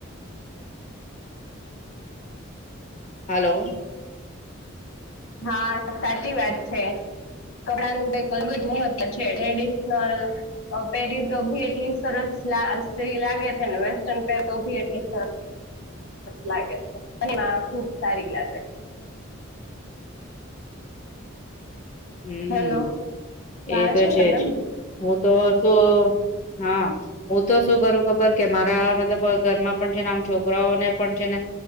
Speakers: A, on the left (about 35°); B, on the left (about 80°).
A: હલો.
B: હા સાચી વાત છે. છે. કપડાનું કઈક અલગ જ મહત્વ છે ટ્રેડિ ના પેરી તો ભી એટલી સરસ સ્ત્રી લાગે છે ને વેસ્ટર્ન પેરેતો ભી એટલી સરસ લાગે છે અને <inaudible> ખુબ સારી લાગે છે
A: હમ
B: હેલો
A: એ
B: આવે
A: તો છે
B: ને મેમ
A: જ હું તો શું હા હું તો શું કરું ખબર કે મારા મતલબ ઘરમાં પણ છે ને આમ છોકરાઓને પણ છે ને